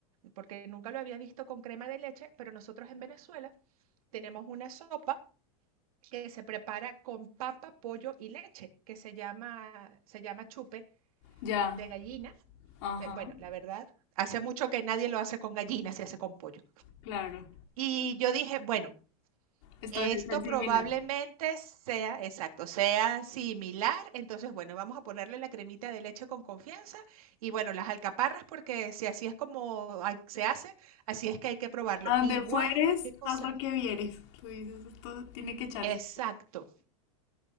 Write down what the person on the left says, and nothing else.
Ya.
Ajá.
Claro.
Esto
debe ser similar.
A donde
fueres,
haz lo que vieres. Tú dices, esto tiene que echarse.